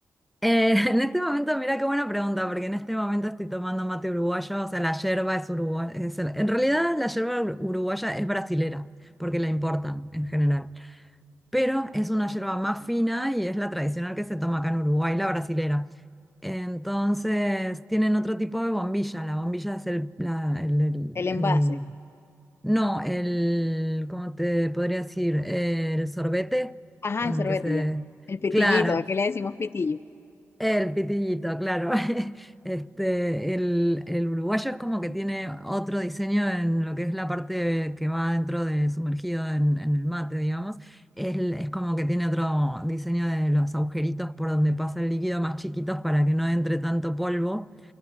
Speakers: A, in the centre; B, on the left (about 45°).
A: Eh, <laughs> en este momento, mira qué buena pregunta, porque en este momento estoy tomando mate uruguayo, o sea, la yerba es uruguaya. en realidad, la yerba ur- uruguaya es brasilera, porque la importan en general. Pero es una yerba más fina y es la tradicional que se toma acá en Uruguay, la brasilera. Entonces, tienen otro tipo de bombilla. La bombilla es el, la- el- el-
B: El envase.
A: el- no, el, ¿cómo te podría decir? El sorbete
B: Ajá,
A: con
B: el sorbete
A: el que se...
B: ya. El pitillito,
A: Claro.
B: aquí le decimos pitillo.
A: El pitillito, claro. <laughs> Este, el, el uruguayo es como que tiene otro diseño en lo que es la parte que va dentro de sumergido en, en el mate, digamos. Es, es como que tiene otro diseño de los agujeritos por donde pasa el líquido más chiquitos para que no entre tanto polvo